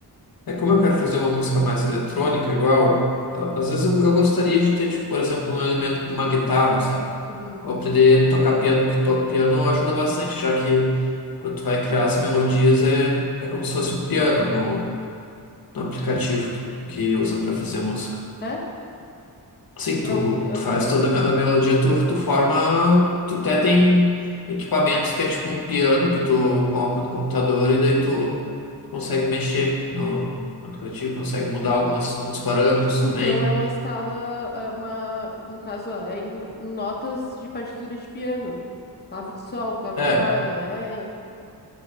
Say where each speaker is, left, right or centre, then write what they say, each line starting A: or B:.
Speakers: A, on the left (about 60°); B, on the left (about 25°).
A: é como eu quero fazer uma música mais eletrônica, igual, a- às vezes eu, eu gostaria de ter, tipo, por exemplo, um elemento de uma guitarra, sabe?
B: Uhum.
A: Ou aprender a tocar piano, que to, piano ajuda bastante, já que quando tu vai criar as melodias é, é como se fosse um piano no, no aplicativo que, que usa para fazer música.
B: É?
A: Sim,
B: É
A: tu,
B: um, é,
A: tu
B: o-
A: faz
B: é-
A: toda a melodia, tu, tu forma. Tu até tem equipamentos que é tipo um piano que tu coloca no computador e daí tu, tu consegue mexer no, no aplicativo, consegue mudar algumas, alguns parâmetros
B: Então
A: também.
B: é uma escala, é uma, no caso, é em, em notas de partitura de piano. Clave de sol, clave
A: É,
B: de fá, não é